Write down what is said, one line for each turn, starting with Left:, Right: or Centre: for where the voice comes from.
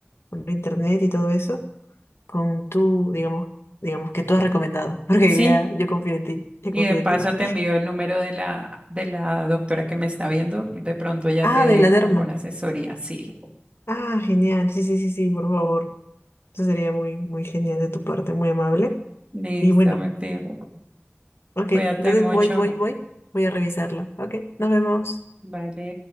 Left: por internet y todo eso. con tu, digamos, digamos que tú has recomendado, <laughs> porque
Right: Sí,
Left: ya yo confío en ti, yo
Right: y
Left: confío
Right: de paso
Left: en ti.
Right: te envío el número de la, de la doctora que me está viendo y de pronto ya
Left: Ah,
Right: te dé
Left: de la derma.
Right: alguna asesoría. Sí.
Left: Ah, genial, sí, sí, sí, sí, por favor. Eso sería muy, muy genial de tu parte, muy amable.
Right: Listo,
Left: Y bueno,
Right: me pido.
Left: ok,
Right: Cuídate
Left: entonces
Right: mucho.
Left: voy, voy, voy, voy a revisarlo. Ok, nos vemos.
Right: Vale.